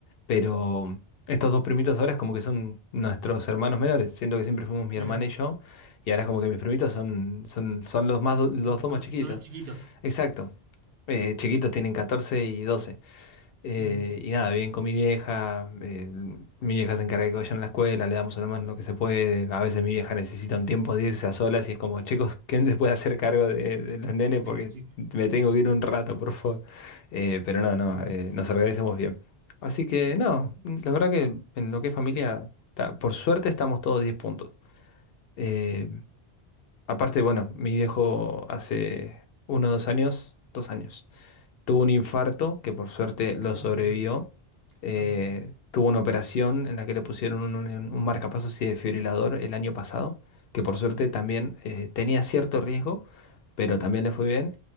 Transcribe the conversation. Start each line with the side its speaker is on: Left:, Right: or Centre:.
Left: Pero estos dos primitos ahora es como que son nuestros hermanos menores. Siento que siempre fuimos mi
Right: Mira,
Left: hermana y yo. Y ahora es como que mis primitos son, son, son los más, do- los
Right: son,
Left: dos
Right: son-
Left: más chiquitos.
Right: son los chiquitos.
Left: Exacto. Eh, chiquitos tienen 14 y 12 eh,
Right: Ujú,
Left: y nada, viven con mi vieja, eh, mi vieja se encarga de que vayan a la escuela, le damos a lo más lo que se puede. A veces mi vieja necesita un tiempo de irse a solas y es como, chicos, ¿quién se puede hacer cargo de, de los nenes?
Right: De
Left: Porque
Right: los chicos.
Left: me tengo que ir un rato, por favor. Eh, pero no,
Right: Sí.
Left: no, eh, nos organizamos bien. Así que no, la verdad que en lo que es familia, ta- por suerte estamos todos 10 puntos. Eh, aparte, bueno, mi viejo hace uno o dos años, dos años tuvo un infarto, que por suerte
Right: Uh,
Left: lo sobrevivió. eh,
Right: ajá.
Left: tuvo una operación en la que le pusieron un, un- un marcapasos y desfibrilador el año pasado, que por suerte también eh, tenía cierto riesgo, pero también le fue bien.